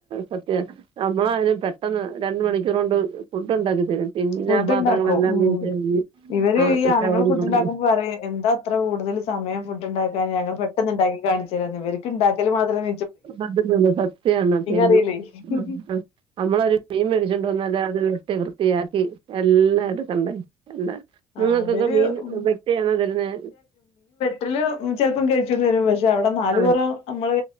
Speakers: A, on the right; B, on the left.
A: സത്യവ നമ്മളായാലും പെട്ടെന്ന് രണ്ട് മണിക്കൂർ കൊണ്ട് ഫുഡ് ഉണ്ടാക്കി തരും പിന്നെ
B: ഫുഡ്
A: ആഹ് പാത്രങ്ങളെല്ലാം
B: ഇണ്ടാക്കും ഉം
A: തേച്ച് കഴുകി
B: ഇവര്
A: ആ
B: ഈ ആണുൾ ഫുഡ് ഉണ്ടാക്കുമ്പോ പറയും എന്താ ഇത്ര കൂടുതൽ സമയം ഫുഡ് ഉണ്ടാക്കാന് ഞങ്ങൾ ഇണ്ടാക്കി കാണിച്ച് തരാ ഇവർക്ക് ഉണ്ടാക്കൽ മാത്രം
A: അതല്ല സത്യാണ്
B: അറിയില്ലേ
A: <unintelligible> നമ്മളൊരു മീൻ മേടിച്ചു കൊണ്ട് വന്നാൽ അത് വെട്ടി വൃത്തി വൃത്തിയാക്കി എല്ലാം എടുക്കണ്ടേ എന്താ
B: ആഹ്
A: നിങ്ങൾക്കൊക്കെ
B: ഇവര്
A: മീൻ
B: ഉം
A: വീട്ടിയാണോ തരുന്നേ
B: തിൽ ചിലപ്പം കഴിച്ചൂന്ന് വരും പക്ഷെ അവിടെ നാലപുറം
A: ആ
B: നമ്മള്